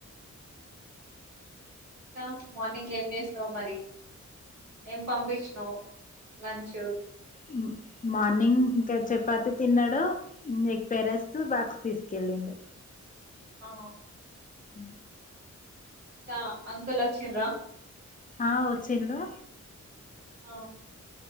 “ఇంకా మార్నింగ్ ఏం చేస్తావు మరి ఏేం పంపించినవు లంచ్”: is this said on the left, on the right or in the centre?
Right